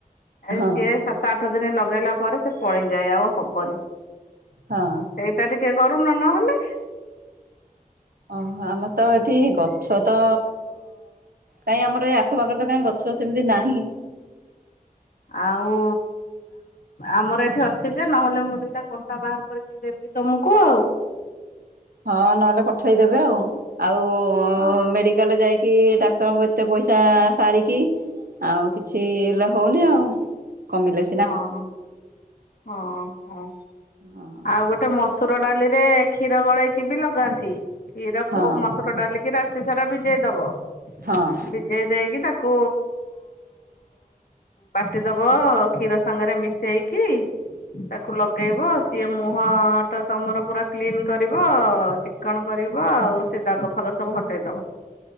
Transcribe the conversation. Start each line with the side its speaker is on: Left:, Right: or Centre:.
Left: ଏ
Right: ହଁ
Left: ସିଏ ସାତ ଆଠ ଦିନ ଲଗେଇଲା ପରେ ସେ ପଳେଇଯାଏ, ଆଉ ହବନି।
Right: ହଁ।
Left: ସେଇଟା ଟିକେ କରୁନ ନହେଲେ।
Right: ଓହୋ, ଆମର ତ ଏଠି ଗଛ ତ କାଇଁ ଆମର ଏଇ ଆଖପାଖରେ ତ କାଇଁ ଗଛ ସେମ୍ତି ନାହିଁ।
Left: ଆଉ ଆମର ଏଠି ଅଛି ଯେ, ନହେଲେ ମୁଁ ଦିଟା କଣ୍ଟା ବାହାର କରିକି ଦେବି ତମୁକୁ ଆଉ।
Right: ହଁ ନହେଲେ ପଠେଇଦବେ ଆଉ, ଆଉ
Left: ହଁ
Right: ମେଡିକାଲ୍ ଯାଇ କି ଡାକ୍ତରଙ୍କୁ ଏତେ ପଇସା ସାରିକି ଆଉ କିଛି ହେଲେ ହଉନି ଆଉ, କମିଲେ ସି
Left: ହଁ-ହଁ-ହଁ।
Right: ହଁ
Left: ଆଉ ଗୋଟେ ମସୁର ଡାଲିରେ କ୍ଷୀର ଗୋଳେଇକି ବି ଲଗାନ୍ତି, କ୍ଷୀରକୁ
Right: ହଁ
Left: ମସୁ <unintelligible> ଡାଲିକି ରାତିସାରା ଭିଜେଇ ଦବ।
Right: ହଁ।
Left: ଭିଜେଇ ଦେଇକି ତାକୁ ବାଟିଦବ। କ୍ଷୀର ସାଙ୍ଗେରେ ମିଶେଇକି ତାକୁ ଲ ଗେଇବ ଆଉ ସିଏ ମୁହଁଟା ତମର ପୁରା କ୍ଲିନ୍ କରିବ ଚିକ୍କଣ କରିବ, ଆଉ ସେ ଦାଗ ଫଗ ସବୁ ହଟେଇ ଦବ,